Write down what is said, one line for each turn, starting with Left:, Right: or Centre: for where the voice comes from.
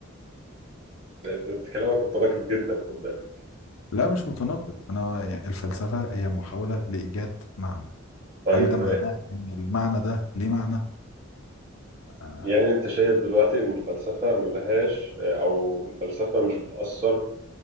Right: ده- ده- ده كلامك متناقض جدا خد بالك
Left: لا مش متناقض أنا يعني الفلسفة هي محاولة لإيجاد معنى
Right: طيب
Left: هل ده معناه إن المعنى ده ليه معنى؟ آه
Right: يعني انت شايف دلوقتي ان الفلسفه ملهاش او الفلسفه مش بتاثر